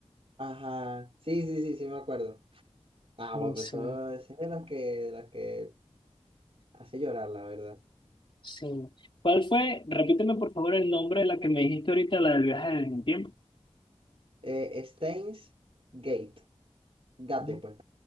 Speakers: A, on the right (about 55°); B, on the left (about 50°).
A: Ajá, sí, sí, sí, sí me acuerdo. Ah, bueno, pues
B: Sí.
A: eso ese es de las que, de las que hace llorar, la verdad.
B: Sí. ¿Cuál fue? Repíteme por favor el nombre de la que me dijiste ahorita, la del viaje del tiempo.
A: Eh, Steins Gate, Gate,
B: Mm,
A: pues.